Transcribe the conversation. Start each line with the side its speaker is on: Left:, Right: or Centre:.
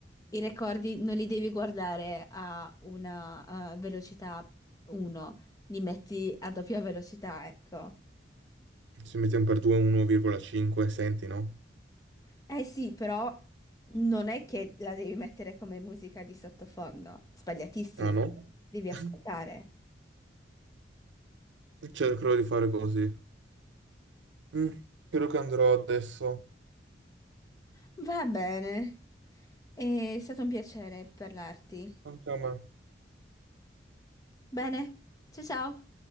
Left: I recording non li devi guardare a una eh, velocità 1, li metti a doppia velocità, ecco.
Right: Se mettiamo per 2 1,5, senti, no?
Left: Eh sì, però non è che la devi mettere come musica di sottofondo, sbagliatissimo,
Right: Ah no?
Left: devi ascoltare.
Right: <laughs> Cercherò di fare così. Mm, credo che andrò adesso.
Left: Va bene, è stato un piacere parlarti.
Right: Anche a me.
Left: Bene, ciao ciao.